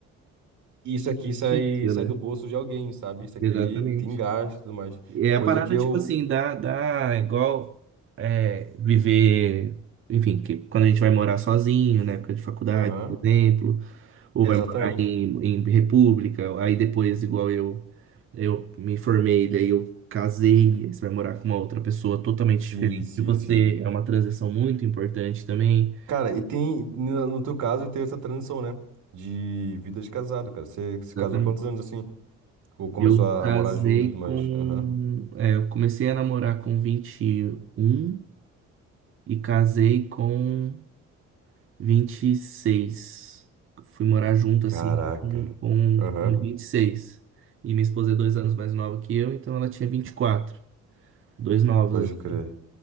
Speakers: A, on the right; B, on the right.
A: isso aqui sai,
B: Isso,
A: sai
B: né?
A: do bolso de alguém, sabe? Isso aqui
B: Exatamente.
A: tem gasto e tudo mais.
B: É
A: Coisa
B: a parada,
A: que eu.
B: tipo assim, dá, dá igual é, viver, enfim, que quando a gente vai morar sozinho, na época de faculdade,
A: Aham,
B: por exemplo, ou
A: exatamente.
B: vai morar em, em república, aí depois, igual eu, eu me formei, daí eu casei, aí você vai morar com uma outra pessoa totalmente
A: Sim,
B: diferente
A: sim,
B: de você,
A: sim.
B: é uma transição muito importante também.
A: Cara, e tem, no no teu caso, teve essa transição, né? De vida de casado, cara. Você se
B: Exatamente.
A: casou quantos anos assim? Ou começou
B: Eu
A: a
B: casei
A: morar junto e tudo
B: com.
A: mais? Aham.
B: é, eu comecei a namorar com vinte e um e casei com vinte e seis Fui morar junto,
A: Caraca.
B: assim, com,
A: Aham.
B: com vinte e seis E minha esposa é dois anos mais nova que eu, então ela tinha vinte e quatro Dois novos,
A: Pode
B: assim.
A: crer.